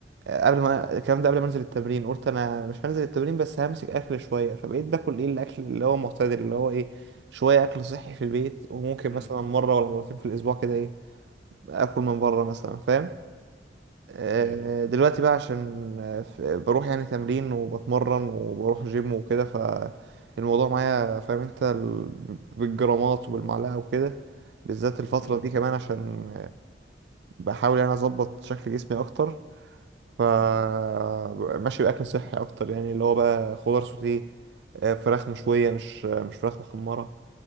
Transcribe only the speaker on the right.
قبل ما الكلام ده قبل ما انزل التمرين قلت انا مش هنزل التمرين بس همسك اكل شويه فبقيت باكل ايه الاكل اللي هو معتدل اللي هو ايه شويه اكل صحي في البيت وممكن
مثلا مره ولا مرتين في الاسبوع كده ايه اكل من بره مثلا فاهم آه،
دلوقتي بقى عشان آه، ف- بروح يعني تمرين وبتمرن وبروح جيم وكده فالموضوع معايا فاهم انت ال- بالجرامات وبالمعلقة وكده بالذات الفترة
دي كمان عشان آه، بحاول يعني اظبط شكل جسمي اكتر فماشي
بأكل صحي اكتر يعني اللي هو بقى خضار سوتيه آه، فراخ مشوية مش آه، مش فراخ محمرة